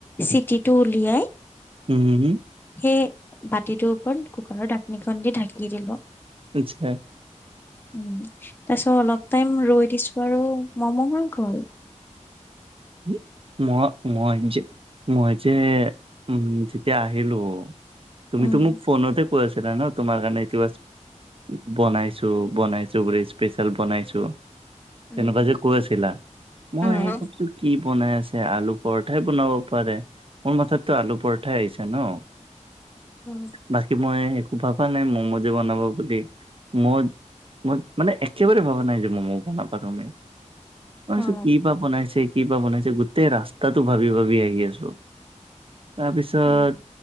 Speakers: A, on the left; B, on the right.
A: চিটিটো উলিয়াই
B: উম হম।
A: সেই বাতিটোৰ ওপৰত কুকাৰৰ ঢাকনিখন দি ঢাকি দিলো।
B: আচ্ছা
A: উম তাৰ পিছত অলপ টাইম ৰৈ দিছো আৰু মামা <unintelligible>
B: হম ম মই মই যে উ যিতিয়া আহিলো তুমিতো
A: উম
B: মোক ফোনতে কৈ আছিলা ন তোমাৰ কাৰণে <unintelligible> বনাইছোঁ, বনাইছোঁ পুৰা স্পেচিয়েল বনাইছোঁ। তেনেকুৱা
A: উম
B: যে কৈ আছিলা। মই
A: উম
B: ভাবছো বনাই আছে আলু পৰঠাই বনাব পাৰে। মোৰ মাথাতো আলু পৰঠাই আহিছে ন।
A: উম।
B: বাকী মই একো ভাবা নাই ম'ম'জে বনাব বুলি। ম' মই মানে একেবাৰে ভবা নাই যে মম' বনাবা তুমি
A: অ
B: ছোঁ, কি বা বনাইছে কি বা বনাইছে? গোটেই ৰাস্তাটো ভাবি ভাবি আহি আছো। তাৰপিছত
A: উম।